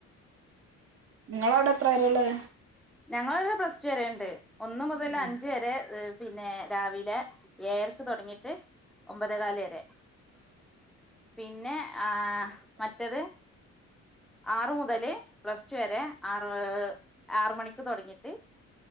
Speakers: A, on the right; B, in the centre.
A: ങ്ങളവടെ എത്ര വെരേള്ളത്?
B: ഞങ്ങളവടെ പ്ലസ് റ്റു വെരേണ്ട്. ഒന്ന് മുതൽ
A: ഉം
B: അഞ്ച് വരെ പിന്നെ രാവിലെ ഏയെരക്ക് തൊടങ്ങി ട്ട് ഒമ്പതേകാല് വെരേ. പിന്നെ ആഹ് മറ്റത് ആറ് മുതല് പ്ലസ് റ്റു വരെ ആറ് ആറ് മണി ക്ക് തൊടങ്ങിട്ട്